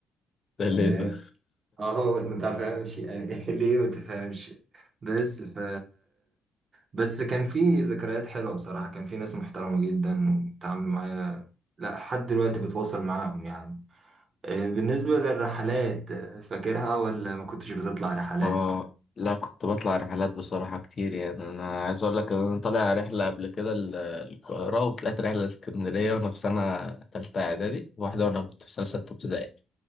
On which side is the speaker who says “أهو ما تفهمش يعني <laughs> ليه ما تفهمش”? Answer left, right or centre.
Right